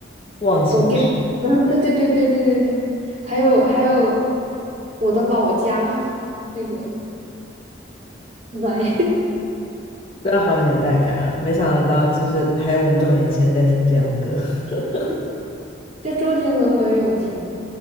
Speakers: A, on the left; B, on the right.
A: 《忘情水》。
B: 我 get，嗯，对对对对对对对，还有还有我的老家那个奶，
A: 真的好有年代感啊！没想到就是还有我们这种年轻人在听这样的歌。<laughs>
B: <laughs> 就周杰伦我也有听。